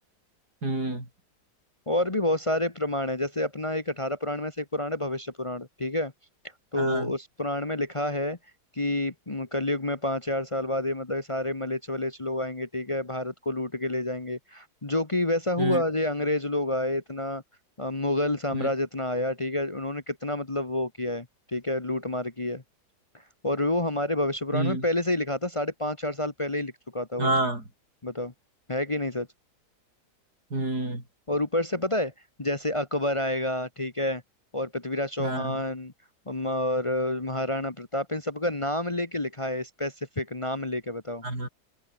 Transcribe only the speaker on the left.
और भी बहुत सारे प्रमाण है जैसे अपना एक अठारह पुराण में से एक पुराण है भविष्य पुराण ठीक है तो
उस पुराण में लिखा है कि म, कलयुग में पांच हजार साल बाद ये मतलब सारे मलेच्छ वलेच्छ लोग आएंगे ठीक है भारत को लूट के ले जाएंगे जो कि वैसा
हुआ ये अंग्रेज लोग आए इतना अ, मुगल साम्राज्य
इतना आया ठीक है उन्होंने कितना मतलब वो किया है ठीक है लूट मार की है और वो हमारे भविष्य पुराण
में पहले से ही लिखा था साढ़े पांच चार साल पहले ही लिख चुका था वो
चीज बताओ है कि नहीं सच
और ऊपर से पता है जैसे अकबर आएगा ठीक है और पृथ्वीराज चौहान
अम, और अ, महाराणा प्रताप इन सबका नाम लेके लिखा है स्पेसिफिक नाम लेके बताओ